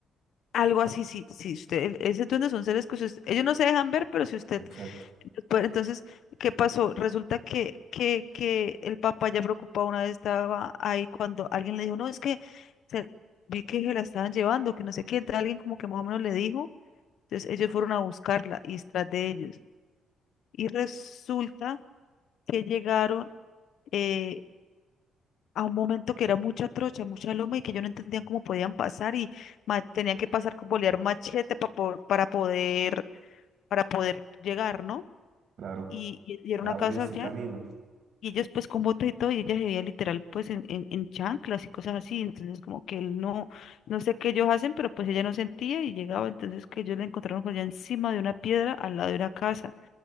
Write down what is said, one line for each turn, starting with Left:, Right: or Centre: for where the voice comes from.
Left: algo así, si, si usted, el- ese es son seres que si usted- ellos no se dejan ver, pero si usted,
Right: exacto,
Left: pues, entonces, ¿qué pasó? Resulta que, que, que el papá ya preocupado una vez estaba ahí cuando alguien le dijo, no, es que se- vi que se la estaban llevando, que no sé qué, entonces alguien como que más o menos le dijo, entonces ellos fueron a buscarla y tras de ellos. Y resulta que llegaron eh, a un momento que era mucha trocha, mucha loma y que ellos no entendían cómo podían pasar y ma- tenían que pasar con bolear machete pa po- para poder, para poder llegar, ¿no?
Right: claro,
Left: Y, y, y era
Right: para
Left: una
Right: abrirse
Left: casa allá
Right: camino.
Left: y ellos pues con bota y todo y ella se veía literal pues en, en, en chanclas y cosas así, entonces como que él no, no sé qué ellos hacen, pero pues ella no sentía y llegaba, entonces que ellos la encontraron pues allá encima de una piedra al lado de una casa